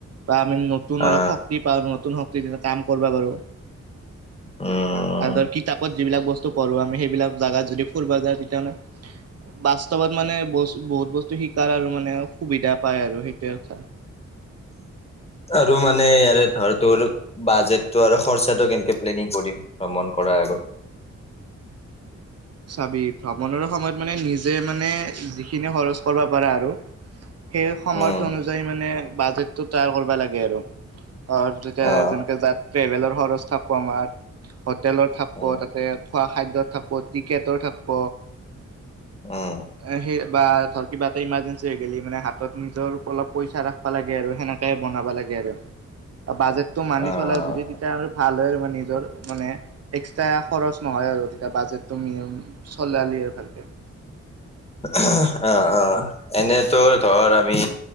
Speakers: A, on the right (about 55°); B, on the left (about 20°).
A: বা আমি নতুন
B: অ
A: অলপ শক্তি পাওঁ নতুন শক্তি কাম কৰিবা পাৰো।
B: উম
A: আৰু ধৰ কিতাপত যিবিলাক বস্তু পঢ়ো আমি সেইবিলাক জাগাত যদি ফুৰিব যাও তেতিয়াহলে বাস্তৱত মানে বহুত বস্তু শিকাৰ আৰু মানে সুবিধা পায় আৰু সেইটোয়ে কথা।
B: আৰু মানে ইয়াৰে ধৰ তোৰ বাজেটটো আৰু খৰচাটো কেনেকে প্লেনিং কৰিম ভ্ৰমণ কৰ কৰা আগত।
A: চাবি ভ্ৰমণৰো সময়ত মানে নিজে মানে যিখিনি খৰচ কৰিব পাৰা আৰু সেই সমাৰ্থ
B: উম
A: অনুযায়ী মানে বাজেটটো তৈয়াৰ কৰিব লাগে আৰু ঘৰত যেতিয়া
B: আহ
A: যেনেকে যাত ট্ৰেভেলৰ খৰচ থাকিব আমাৰ হোটেলৰ থাকিব
B: উম
A: তাতে খোৱা খাদ্যত থাকিব, টিকেটৰ থাকিব।
B: উম
A: আহ সেই। বা ধৰ কিবা এটা ইমাৰ্জেঞ্চি হৈ গেলে মানে হাতত নিজৰ অলপ পইচা ৰাখিব লাগে আৰু সেনেকে বনাব লাগে বাজেটটো মানি
B: আহ
A: চলা যদি তেতিয়া আৰু ভাল হয় নিজৰ মানে এক্স্ৰ খৰচ নহয় আৰু তেতিয়া বাজেট চলালি আৰু ভাল
B: আহ', আহ', এনেতোৰ ধৰ আমি